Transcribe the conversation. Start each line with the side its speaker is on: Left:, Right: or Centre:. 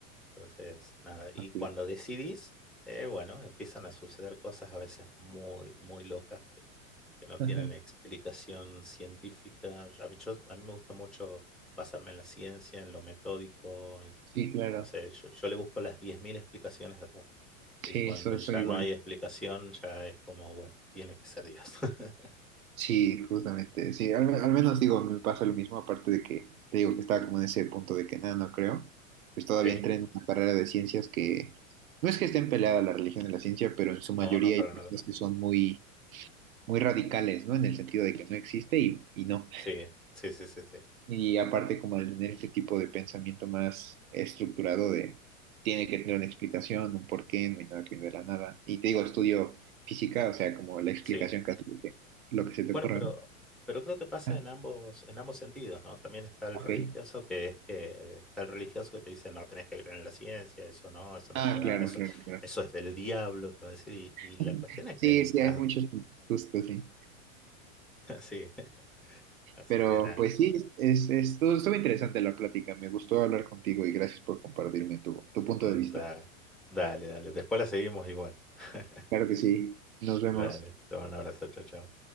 Centre: Entonces, nada, y
Right: ok.
Centre: cuando
Right: <laughs>
Centre: decidís, eh, bueno, empiezan a suceder cosas a veces muy, muy locas que no tienen
Right: Ajá.
Centre: explicación científica. A mí, yo- a mí me gusta mucho basarme en la ciencia, en lo metódico, en,
Right: Sí, claro.
Centre: no sé, yo, yo le busco las 10.000 explicaciones a todo. Y
Right: Sí,
Centre: cuando
Right: soy,
Centre: ya
Right: soy igual.
Centre: no hay explicación, ya es como, bueno, tiene que ser Dios. <laughs>
Right: Sí, justamente, sí, al, al menos digo, me pasa lo mismo, aparte de que te digo que estaba como en ese punto de que nada, no creo, pues todavía
Centre: Sí.
Right: entré en una carrera de ciencias que no es que estén peleadas la religión y la ciencia, pero en su
Centre: No,
Right: mayoría
Centre: no, para
Right: hay personas
Centre: nada.
Right: que son muy, muy radicales, ¿no? En el sentido de que no existe y, y no.
Centre: Sí, sí, sí, sí, sí.
Right: Y aparte como de tener ese tipo de pensamiento más estructurado de tiene que tener una explicación, un porqué, no hay nada que viene de la nada. Y te digo, estudio física, o sea, como la explicación
Centre: Sí,
Right: casi de lo que se te
Centre: Bueno,
Right: ocurra,
Centre: pero,
Right: ¿no?
Centre: pero creo que pasa
Right: Ah,
Centre: en ambos, en ambos sentidos, ¿no? También está el
Right: Ok.
Centre: religioso que es que está el religioso que te dice, no, tenés que creer en la ciencia, eso no, eso no
Right: Ah,
Centre: es verdad,
Right: <laughs> claro,
Centre: eso,
Right: claro, claro.
Centre: eso es del diablo, te va a decir. Y, y la
Right: <laughs>
Centre: cuestión es
Right: Sí,
Centre: que
Right: sí,
Centre: las
Right: hay muchos gustos, sí.
Centre: <laughs> así, así
Right: Pero
Centre: que nada.
Right: pues sí, es, es, estuvo, estuvo interesante la plática. Me gustó hablar contigo y gracias por compartirme tu, tu punto
Centre: mm,
Right: de vista.
Centre: Da, dale, dale. Después la seguimos igual. <laughs>
Right: Claro que sí. Nos vemos.
Centre: Dale, te mando un abrazo, chao, chao.